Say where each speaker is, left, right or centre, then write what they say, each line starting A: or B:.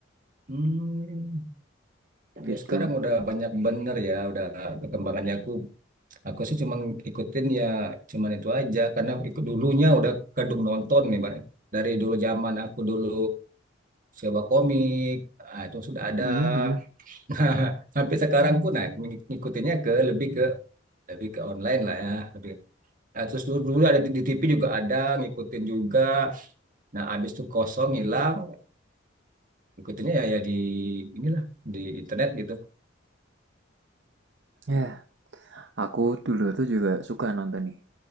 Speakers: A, on the right; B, on the right.
A: Hmm,
B: gitu.
A: ya sekarang udah banyak bener ya, udah perkembangannya. Aku Aku sih cuma ikutin ya cuman itu aja karena ikut dulunya udah kadung nonton nih Bang. Dari dulu zaman aku dulu coba komik ah, itu sudah ada
B: Mhm, hmm.
A: <laughs> Nah, sampai sekarang pun nah, ng- ngikutinnya ke lebih ke lebih ke online lah ya lebih Nah, terus dulu, dulu ada di, di TV juga ada ngikutin juga nah abis itu kosong hilang ngikutinnya ya ya di inilah di internet gitu
B: Ya, aku dulu tuh juga suka nonton nih.